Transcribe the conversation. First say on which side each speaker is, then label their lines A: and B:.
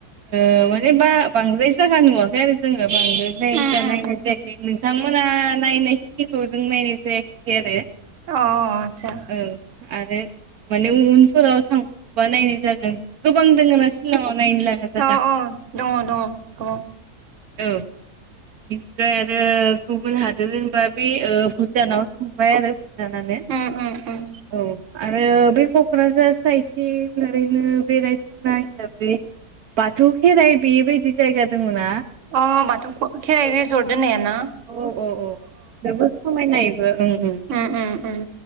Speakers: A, on the right (about 70°); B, on the right (about 55°).
A: ओ माने बा बांद्राय जागा नुवाखै आरो जोङो बांद्रायद्राय।
B: अ
A: गैया नायनाय जायाखै नोंथांमोना नायनायखिनिखौ जों नायनाय जायाखैसै आरो
B: अ आदसा
A: औ आरो माने उन उनफोराव थांफाबावबा नायनाय जागोन। गोबां दोङो ना सिल'ङाव नायनो लाङा जागा।
B: औ औ दङ दङ गोबां
A: औ बेनिफ्राय आरो गुबुन हादोर होनबा बे भुटानावनो थांबाय आरो जानानै
B: उम उम उम
A: औ आरो बै क'क्राझार साइदथिं ओरैनो बेरायथावना हिसाबै बाथौ खेराइ बेबायदि जायगा दङ ना?
B: अ बाथौ खेराइ रिेजर्ट होननाया ना?
A: औ औ औ जोबोद समायना इबो ओं ओं
B: उम उम उम